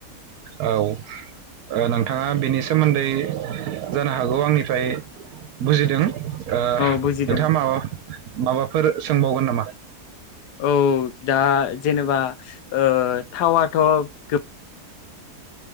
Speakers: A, on the right; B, on the left.
A: औ ओ नोंथाङा बेनि सोमोन्दै जानो हागौ आंनिफ्राय बुजिदों ओ
B: औ बुजिदों
A: नोंथाङा माबा माबाफोर सोंबावगोन नामा?
B: औ दा जेनेबा ओ थावाथ गो